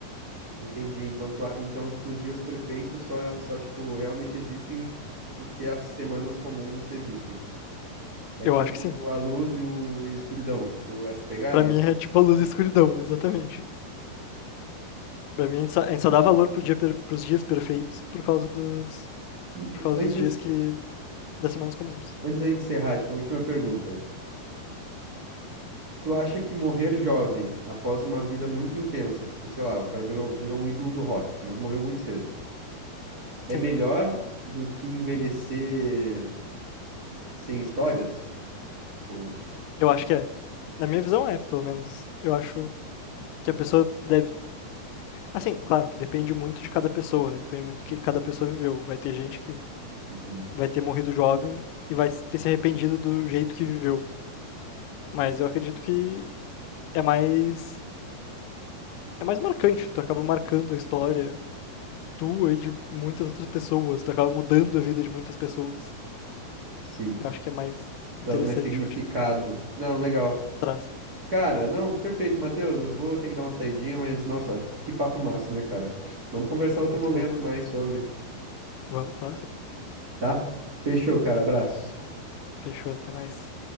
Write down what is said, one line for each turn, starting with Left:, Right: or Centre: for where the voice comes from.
Right: Entendi. Então, tu, a- então, tipo, os dias perfeitos só, só, tipo, realmente existem porque as semanas comuns existem. É
Left: Eu
Right: tipo
Left: acho que sim.
Right: a luz e, o, e a escuridão, tipo, essa pegada.
Left: Pra mim é tipo a luz e a escuridão, exatamente. Pra mim a gente só, a gente só dá valor pro dia per- pros dias perfeitos por causa dos.
Right: E
Left: Por
Right: e
Left: causa
Right: antes,
Left: dos dias que das semanas comuns.
Right: antes da gente encerrar, tipo, a última pergunta. Tu acha que morrer jovem, após uma vida muito intensa, tipo, sei lá, o cara virou, virou um ídolo do rock, mas morreu muito cedo, é
Left: Sim,
Right: melhor do que envelhecer sem histórias? Tipo,
Left: eu acho que é. Na minha visão é, pelo menos. Eu acho que a pessoa deve. Assim, claro que depende muito de cada pessoa, né? Depende muito do que cada pessoa viveu. Vai ter gente que
Right: uhum,
Left: vai ter morrido jovem e vai ter se arrependido do jeito que viveu. Mas eu acredito que é mais. É mais marcante. Tu acaba marcando a história tua e de muitas outras pessoas. Tu acaba mudando a vida de muitas pessoas.
Right: sim.
Left: Eu acho que é mais
Right: Traz
Left: interessante,
Right: mais significado.
Left: eu acho que
Right: Não, legal.
Left: traz.
Right: Cara, não, perfeito, Matheus. Eu vou ter que dar uma saidinha, mas nossa, que papo massa, né, cara? Vamos conversar outro
Left: Muito
Right: momento
Left: louco.
Right: mais sobre,
Left: Vamos, claro.
Right: tá? Fechou, cara. Abraço.
Left: Fechou, até mais.